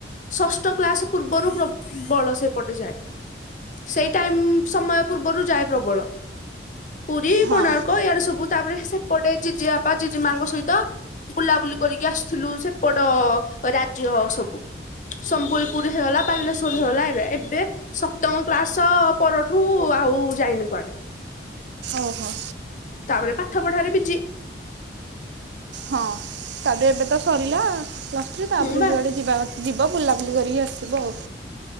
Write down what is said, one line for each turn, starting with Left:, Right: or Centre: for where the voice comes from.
Left: ଷଷ୍ଠ କ୍ଳାସ ପୂର୍ବରୁ ବ ବଳ ସେପଟେ ଯାଏ। ସେଇ ଟାଇମ ସମୟ ପୂର୍ବରୁ ଯାଏ ପ୍ରବଳ। ପୁରୀ
Right: ହଁ
Left: କୋଣାର୍କ ଇଆଡେ ସବୁ ତାପରେ ସେପଟେ ଜିଯେ ବାପା ଜେଜି ମାଙ୍କ ସହିତ ତ ବୁଲାବୁଲି କରିକି ଆସିଥିଲୁ ସେପଟ ରାଜ୍ୟ ସବୁ। ସମ୍ବଲପୁର ହେଇଗଲା ବାଲେଶ୍ୱର ହେଇଗଲା ଏବେ ଏବେ ସପ୍ତମ କ୍ଲାସ ପରଠୁ ଆଉ ଯାଇନି କୁଆଡେ।
Right: ଓହୋ।
Left: ତାପରେ ପାଠ ପଢାରେ ବିଜି।
Right: ହଁ ତାପେ ଏବେ ତ ସରିଲାଉ ପ୍ଲସ୍ ଥ୍ରି ତାପରେ
Left: ହୁଁ ବା
Right: ଯୁଆଡ଼େ ଯିବା କଥ ଯିବା ବୁଲାବୁଲି କରିକି ଆସିବ ଆଉ।